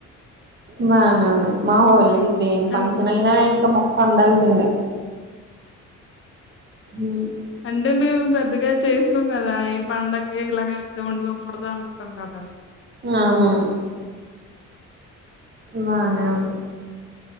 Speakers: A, on the right; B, on the left.
A: బానే ఉంది మా హోళకి దేని ఫంక్షన్
B: అం
A: అయినా ఇంకా మొక్క ఉండాల్సిందే ఉమ్,
B: అంటే మేము పెద్దగా చేసుకోం కదా ఏ పండకి ఇలాగ అ వండుకోకూడదు అనుకుంటారు కదా
A: ఆహా బానే ఉంది